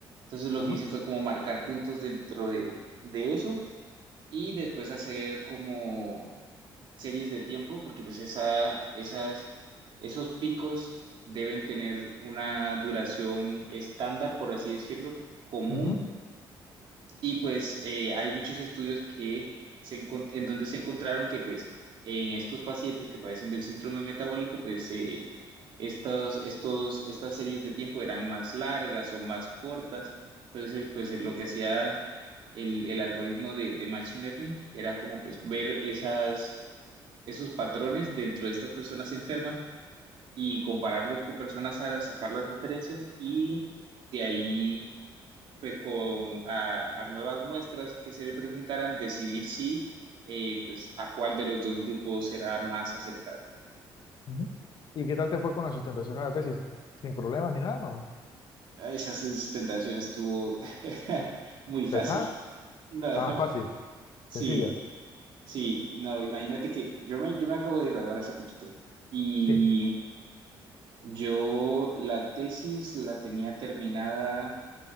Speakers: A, on the right (about 70°); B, on the left (about 55°).
A: Entonces lo
B: ajá.
A: que hice fue como marcar puntos dentro de, de eso y después hacer como series de tiempo, porque pues esa, esas, esos picos deben tener una duración estándar, por así decirlo, común
B: ujú,
A: Y pues eh, hay muchos estudios que se encon- en donde se encontraron que pues en estos pacientes que padecen del síndrome metabólico, pues eh, estos, estos, estas series de tiempo eran más largas o más cortas. Entonces, pues eh, lo que hacía el, el algoritmo de, de Machine Learning era como pues ver esas, esos patrones dentro de estas personas enfermas y compararlos con personas sanas, sacar las diferencias y de ahí pues con a, a nuevas muestras que se le presentaran, decidir si eh, pues a cuál de los dos grupos era más acercado.
B: ujú. ¿Y qué tal te fue con la sustentación de la tesis? ¿Sin problemas ni nada, no?
A: Esa sustentación estuvo <laughs> muy fácil.
B: ¿Pesada?
A: No, <laughs>
B: Ah, fácil,
A: sí,
B: sencilla.
A: sí, no, imagínate que yo me, yo me acabo de graduar hace poquito y
B: Sí,
A: yo la tesis la tenía terminada